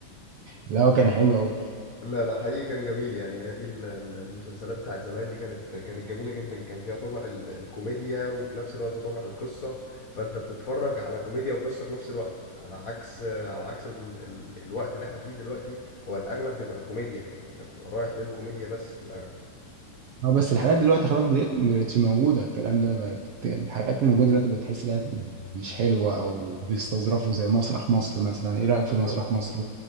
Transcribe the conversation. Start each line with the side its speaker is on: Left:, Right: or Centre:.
Right: لا كان حلو قوي
Left: لا لا حقيقي كان جميل يعني هي دي ال- ال- المسلسلات بتاعت زمان دي كانت كانت جميلة جدا كان فيها طابع ال- الكوميديا وفي نفس الوقت طابع القصة فانت بتتفرج على كوميديا وقصة في نفس الوقت على عكس على عكس ال ال الوقت اللي احنا فيه دلوقتي هو الاغلب بيبقى كوميديا يعني انت بتبقى رايح للكوميديا بس في الاغلب
Right: اه بس الحاجات دلوقتي خلاص دلوقتي مبقتش موجودة الكلام ده بقت الحاجات اللي موجودة دلوقتي بتحس انها مش حلوة او بيستظرفوا زي مسرح مصر مثلا ايه رأيك في
Left: بالظبط
Right: مسرح مصر